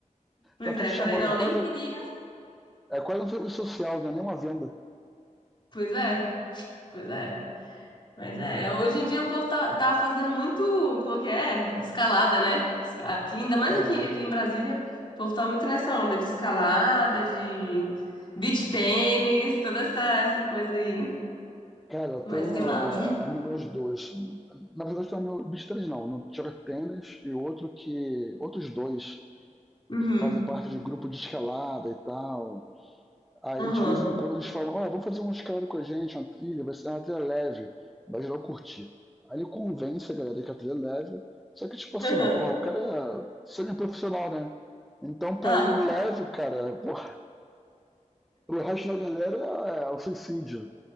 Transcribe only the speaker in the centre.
Já tá
te chamando,
é
quase,
é quase um serviço social, não é nem uma venda
também.
Cara, eu
tenho
ah, amigos dois. Na verdade, eu tenho amigo, bicho três não, no joga tênis e outro que. Outros dois
que fazem parte de grupo de escalada e tal. Aí
de vez em quando eles falam, ó, vamos fazer uma escalada com a gente, uma trilha, vai ser uma trilha leve, vai geral curtir. Aí ele convence a galera que a trilha é leve, só que tipo assim,
porra, o cara é semi-profissional, né? Então pra
ele o leve, cara, porra, pro resto da galera é é o suicídio.